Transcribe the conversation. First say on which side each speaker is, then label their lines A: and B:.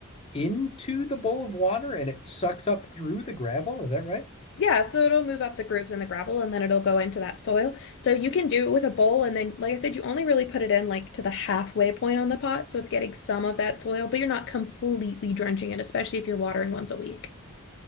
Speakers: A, on the left; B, on the left.
A: into the bowl of water and it sucks up through the gravel. Is that right?
B: Yeah, so it'll move up the grooves in the gravel and then it'll go into that soil. So you can do it with a bowl and then like I said you only really put it in like to the halfway point on the pot, so it's getting some of that soil, but you're not completely drenching it, especially if you're watering once a week.